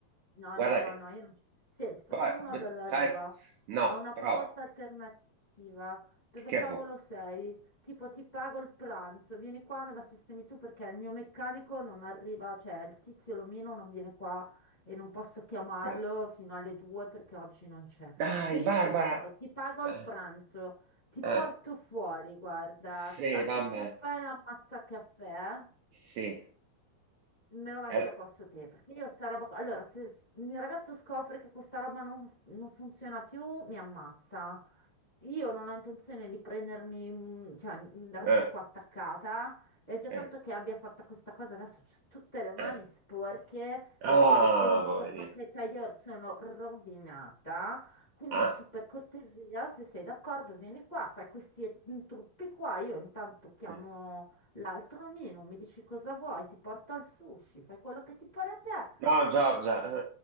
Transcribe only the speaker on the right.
Guarda
che
va-
v-
fai, no,
prova,
che
vuoi?
Ma
dai,
Barbara,
eh,
eh,
sì,
vabbè,
sì,
Eh,
eh,
eh,
eh.
ah,
poverino,
ah.
eh.
No, Giorgia,